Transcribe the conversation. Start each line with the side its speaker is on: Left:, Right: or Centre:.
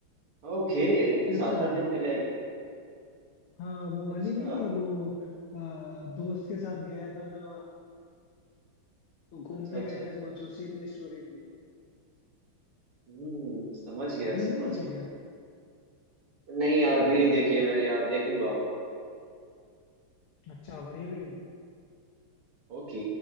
Right: ओके ओके
Left: या
Right: सात
Left: उससे ज्यादा
Right: आठ दिन पहले आई थी
Left: हाँ वो
Right: अच्छा
Left: वाली नहीं थी वो अ, दोस्त के साथ गया था मैं वहाँ तो घूमने
Right: अच्छा अच्छा
Left: गए
Right: अच्छा
Left: थे कुछ उसी पे स्टोरी थी
Right: हम्म समझ गया
Left: आपने
Right: समझ
Left: नहीं देखी
Right: गया
Left: क्या
Right: नहीं यार अभी नहीं देखी है मैंने यार देखूंगा
Left: अच्छा बढ़िया वीडियो
Right: ओके